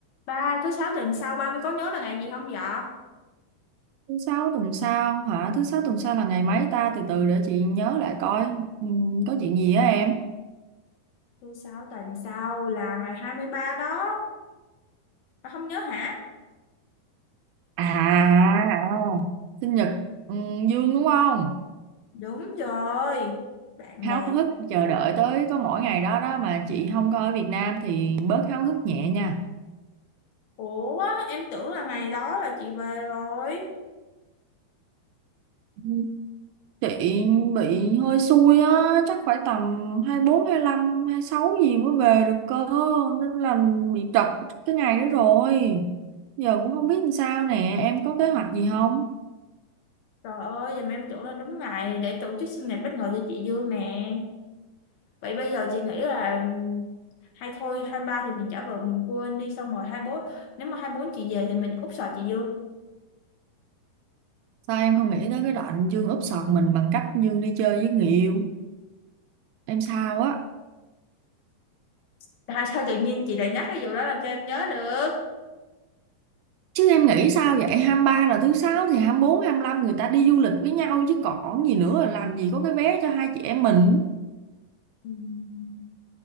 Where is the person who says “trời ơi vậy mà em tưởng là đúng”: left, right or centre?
Left